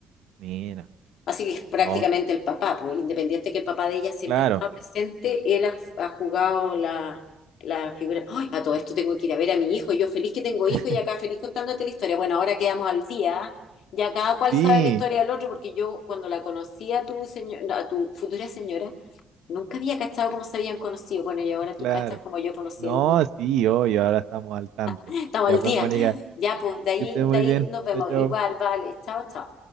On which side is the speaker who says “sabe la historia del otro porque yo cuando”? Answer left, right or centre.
Left